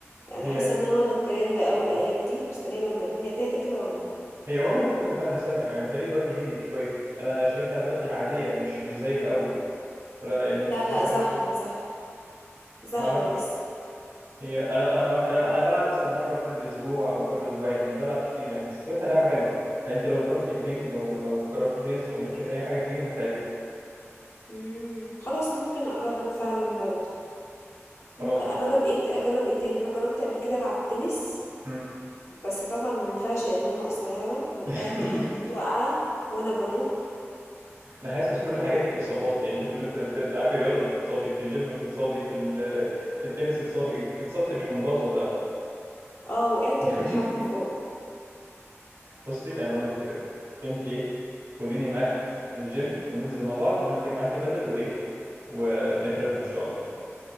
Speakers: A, on the left (about 60°); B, on the right (about 80°).
A: يعني
B: هي
A: حاسة ان انا واخدة الترند اوي الايام دي مستنية لما الدنيا تهدى كده واروح
B: هي واخدة ترند بقالها سنة يعني متهيألي دلوقتي هديت شوية أنا شايفها دلوقتي عادية مش مش زي الأول ولا يعني
A: لا لا
B: أنت
A: زحمة
B: إيه رأيك؟
A: زحمة زحمة
B: ما أعرفش
A: لسه
B: هي أنا أنا ما أعرفش أنا أنا بلعب مثلا مرة كل أسبوع أو كل أسبوعين مش بلعب كتير يعني بس شايفها لعبة حلوة يعني أنت لو جربتي البنج أو لو جربتي تنس أو ليكي في أي حاجة فيهم هتعجبك
A: مم. خلاص ممكن اجرب فعلا برضو
B: خلاص
A: ممكن اجرب ايه اجرب ايه تاني انا جربت قبل كده العب تنس
B: مم.
A: بس طبعا ما ينفعش ان انا قصيره وقعت
B: <laughs>
A: حته وقعه وانا بنط
B: انا حاسس كل حاجاتك اصابات يعني انت كل ما بت- بتلعبي رياضه بتتصابي في الجيم بتتصابي في ال- في التنس بتتصابي اتصبت في الجمباز ولا
A: اه وقعت
B: <laughs>
A: من الحبل فوق
B: بصي انا اقول لك فكره انت ايه خديني معاكي الجيم وننزل مع بعض وناخدك معاكي بدل وايه ونخربها ان شاء الله